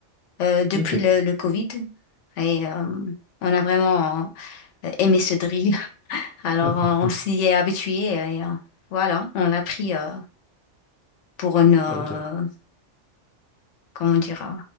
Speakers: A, on the left; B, in the centre.
A: euh, depuis
B: Ok.
A: le, le Covid. Et euh, on a vraiment euh, aimé ce drill. <laughs> Alors
B: <laughs>
A: euh, on s'y est habitué et euh, voilà, on l'a pris euh, pour une... euh,
B: Ok.
A: comment dire? euh,